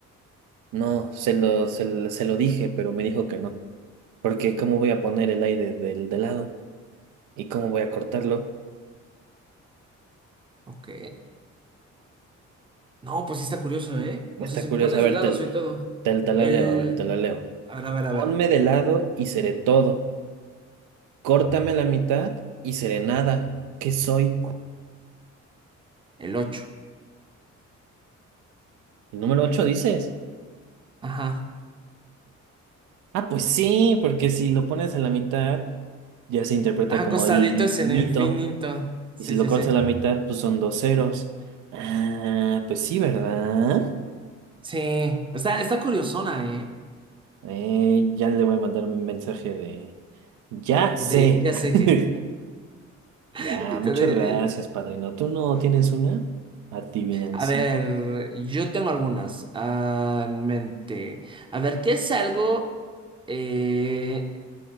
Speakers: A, on the right (about 80°); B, on the right (about 15°).
A: No, se lo, se, lo se lo dije, pero me dijo que no, porque ¿cómo voy a poner el aire del de lado? ¿Y cómo voy a cortarlo?
B: Ok. No, pues sí está curioso, ¿eh?
A: Está
B: O sea, si
A: curioso,
B: me pones
A: a ver,
B: de lado
A: te,
B: soy todo.
A: te, te la
B: El...
A: leo, a ver, te la leo.
B: A ver, a ver, a
A: Ponme
B: ver.
A: de lado y seré todo. Córtame la mitad y seré nada. ¿Qué soy?
B: El ocho
A: El número 8, dices.
B: Ajá.
A: Ah, pues sí, porque si lo pones a la mitad, ya se interpreta
B: Ah,
A: como
B: acostadito
A: el infinito.
B: es el infinito. Sí,
A: Y si lo
B: sí,
A: cortas
B: sí.
A: a la mitad, pues son dos ceros. Ah, pues sí, ¿verdad?
B: Sí. Está, está curiosona, ¿eh?
A: Eh, ya le voy a mandar un mensaje de... Ya sé.
B: De ya
A: <laughs>
B: sé, je. <laughs>
A: Ya,
B: Y te
A: muchas
B: de...
A: gracias, padrino. ¿Tú no tienes una? Adivinancia.
B: A ver, yo tengo algunas ah, en mente. A ver, ¿qué es algo? eh,